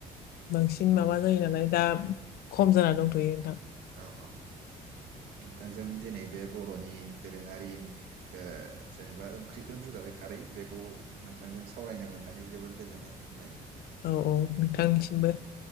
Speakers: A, on the left; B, on the right.
A: बांसिन
B: औ
A: माबा जायो नालाय दा खम जाना दंथ'यो नोंथां
B: औ औ नोंथांजों दिनै बे बर'नि दोरोङारि ओ जेनेबा ओंख्रिखौ बुंजाबाय खारै बेखौ नोंथांजों सावरायनो मोननानै जोबोर गोजोननाय मोनबाय
A: औ औ नोंथांनिसिमबो